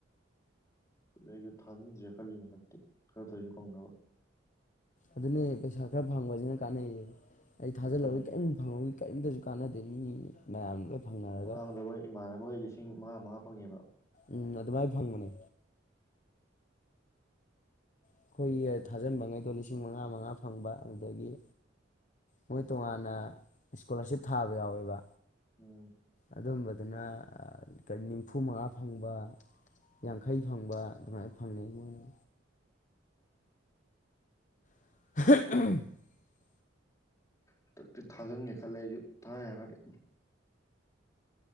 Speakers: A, on the left; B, on the left.
A: ꯑꯗꯨ ꯑꯩꯁꯨ ꯊꯥꯖꯤꯟꯁꯤꯔ ꯈꯜꯂꯤꯅꯦ ꯍꯟꯗꯛꯇꯤ ꯈꯔ ꯇꯧꯔꯤꯁꯦ ꯐꯪꯅꯕ꯫
B: ꯑꯗꯨꯅꯦ ꯄꯩꯁꯥ ꯈꯔ ꯐꯪꯕꯁꯤꯅ ꯀꯥꯟꯅꯩꯌꯦ꯫ ꯑꯩ ꯊꯥꯖꯜꯍꯧꯏ
A: ꯑꯗꯨꯅꯤ
B: ꯀꯦꯝ ꯐꯪꯍꯧ ꯏꯓ ꯆꯗꯨꯀꯥꯗ ꯃꯤ ꯃꯌꯥꯝ ꯐꯪꯅꯔꯒ
A: ꯃꯃꯥꯡꯗꯕꯣꯏ ꯏꯃꯥꯟꯅꯕ ꯑꯣꯏꯔꯤꯁꯤꯦ ꯏꯁꯤꯡ ꯃꯉꯥ ꯃꯉꯥ ꯐꯪꯉꯦꯕ
B: ꯎꯝ ꯑꯗꯨꯃꯥꯏꯅ ꯐꯪꯕꯅꯦ ꯑꯩꯈꯣꯏꯒꯤ ꯊꯥꯖꯤꯟꯕꯉꯩꯗꯣ ꯂꯤꯁꯤꯡ ꯃꯉꯥ ꯃꯉꯥ ꯐꯪꯕ ꯑꯗꯨꯗꯒꯤ ꯃꯣꯏ ꯇꯣꯉꯥꯟꯅ ꯏꯁꯀꯣꯂꯥꯔꯁꯤꯞ ꯊꯥꯕ ꯌꯥꯎꯋꯦꯕ
A: ꯎꯝ
B: ꯑꯗꯨꯝꯕꯗꯨꯅ ꯀ ꯅꯤꯝꯐꯨ ꯃꯉꯥ ꯐꯪꯕ ꯌꯥꯡꯈꯩ ꯐꯪꯕ ꯑꯗꯨꯃꯥꯏꯅ ꯐꯪꯅꯩ ꯃꯣꯏꯅ <unintelligible>
A: ꯍꯟꯗꯛꯇꯤ ꯊꯥꯖꯤꯟꯒꯦ ꯈꯜꯂꯦ ꯑꯩꯁꯨ ꯊꯥ ꯌꯥꯔꯦ